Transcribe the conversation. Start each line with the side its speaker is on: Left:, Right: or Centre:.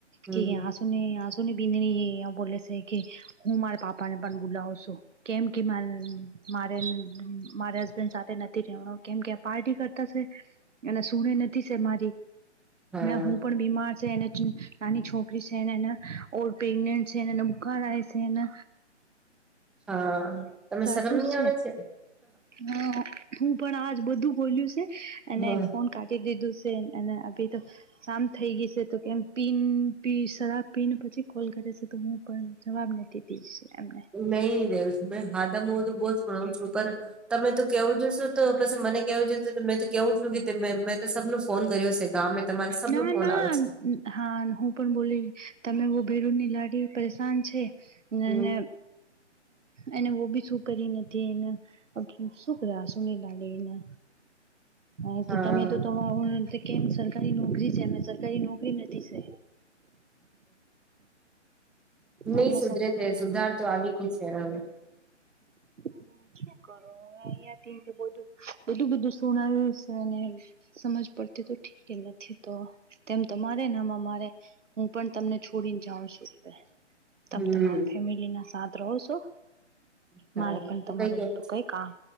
Centre: હમ
Right: કે સુ <unintelligible> છે કે હું માર પાપાને પણ બુલાવ છો કેમ કે મા મારે મારે હસબેન્ડ સાથે નથી રહે કેમ કે પાર્ટી કરતાસે એ શણી <unintelligible> નથી છે મારી
Centre: હા
Right: હ હું પણ બીમાર છે એને નાની છોકરી છેને ઓર પ્રેગનેન્ટ છેને બુખાર છેને
Centre: હા તમે
Right: સાચું
Centre: શરમ ની
Right: જ
Centre: આવે છે.
Right: હા. હું પણ આજ બધું બોલ્યું છે અને
Centre: હા
Right: ફોન કાઢી દીધું છે અબીતો. સામ થઈ ગઈ છે તો કેમ પીન શરાબ પીન પછી કોલ કરે છે તો હું પણ જવાબ નથી દી એમને.
Centre: નહી નહી રહવ તમે હા તો હું તો બહુ જણાવું છું પણ તમે તો કેવું તો પછી મને કેવું છે મે તો કેવું છું કે મેં તો સબ ન ફોન કર્યો છે. ગામે તમારે સબનું
Right: ના
Centre: ફોન
Right: ના
Centre: આવે છે.
Right: હા હું પણ બોલી તમે ભેરુ ની લાડી પરેશાન છે
Centre: હમ
Right: અને
Centre: <inaudible>
Right: એને બહું બી શું કરી નથી એને શું કર સુુંની લાગે એને. એથી
Centre: હા
Right: તમે તો <unintelligible> કેમ સરકારી નોકરી છે અમે સરકારી નોકરી નથી છે.
Centre: નઈ
Right: અમને
Centre: સુધરે
Right: સરકારી
Centre: છે સુધાર તો આવી ગઈ છે હવે. <inaudible>
Right: <inaudible> અહિયાં થી બું બધું બધું શણ્યું છે સમજ પડતી તો ઠીક નથી તો તેમ તમારે અમ મારે. હું પણ તમને છોડીને જાઉ છું તમે
Centre: હમ
Right: તમારા ફેમિલી ના સા રહો છો.
Centre: <inaudible>
Right: મારે પણ
Centre: તો
Right: તમારું
Centre: કઈ કેવા છે
Right: કઈ કામ